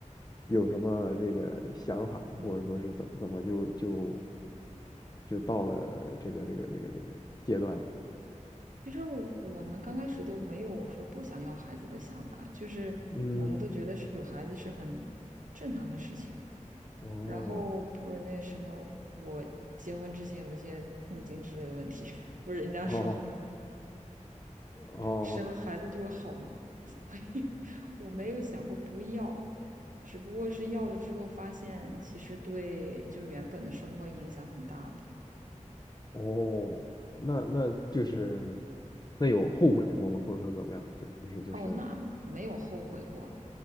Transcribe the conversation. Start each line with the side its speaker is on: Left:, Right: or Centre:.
Left: 有什么这个想法吗？
Right: 嗯，
Left: 或者说是怎怎么就就就到了这个这个这个这个阶段？
Right: 其实我我们刚开始都没有说不想要孩子的想法，就是我们都觉得是有孩子是很
Left: 嗯，
Right: 正常的事情。
Left: 哦
Right: 然后不是那什么，我结婚之前有一些痛经之类的问题，<laughs> 不是人家说
Left: 哦哦。
Right: 生了孩子就会好吗？<laughs> 所以我没有想过不要，只不过是要了之后发现，其实对就原本的生活影响很大的。
Left: 哦，那那就是那有后悔过吗？或者说怎么样？就是就是，
Right: 哦，那没有后悔过，